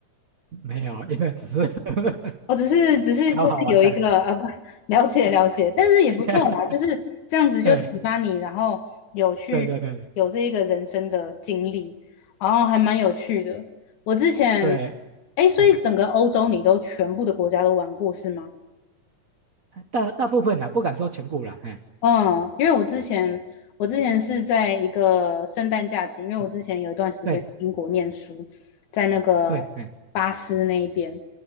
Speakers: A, on the right; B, on the left.
A: 没有，因为只是 <laughs>
B: 我只是只是就是有一个啊，
A: 考好玩的。
B: <laughs> 不了解了解，但是也不错啦，
A: <laughs>
B: 就是这样子就启发你，
A: 对
B: 然后有去有这一个人生的经历，
A: 对对对
B: 然后还蛮有趣的。我之前，
A: 对，
B: 哎，所以整个欧洲你都全部的国家都玩过是吗？
A: 哎，大大部分啦，不敢说全部啦，哎，
B: 嗯，因为我之前我之前是在一个圣诞假期，因为我之前有一段时间在英国念书，
A: 嗯对
B: 在那个巴斯那一边，
A: 对，哎。